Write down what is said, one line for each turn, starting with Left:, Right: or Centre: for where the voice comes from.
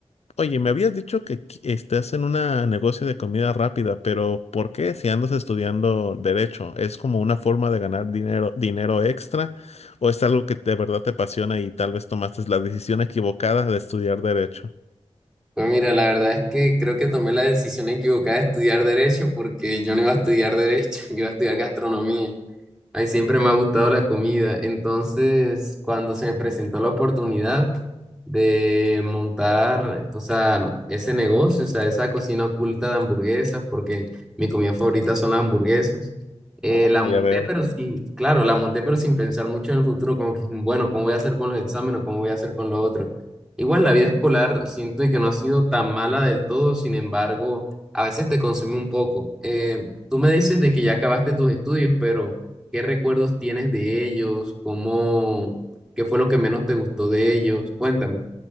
Left: oye, me habías dicho que qui- estás en un negocio de comida rápida, pero ¿por qué si andas estudiando derecho? ¿Es como una forma de ganar dinero, dinero extra o es algo que de verdad te apasiona y tal vez tomaste la decisión equivocada de estudiar derecho?
Centre: Pues mira, la verdad es que creo que tomé la decisión equivocada de estudiar derecho porque yo no iba a estudiar derecho, <laughs> yo iba a estudiar gastronomía. Ay, siempre me ha gustado la comida. Entonces, cuando se me presentó la oportunidad de montar, o sea, ese negocio, o sea, esa cocina oculta de hamburguesas, porque mi comida favorita son las hamburguesas, eh,
Left: Ah,
Centre: la monté,
Left: ya veo.
Centre: pero sí, claro, la monté, pero sin pensar mucho en el futuro, como que, bueno, ¿cómo voy a hacer con los exámenes? ¿Cómo voy a hacer con lo otro? Igual la vida escolar siento que no ha sido tan mala del todo, sin embargo, a veces te consume un poco. Eh, tú me dices de que ya acabaste tus estudios, pero... ¿Qué recuerdos tienes de ellos? ¿Cómo, qué fue lo que menos te gustó de ellos? Cuéntame.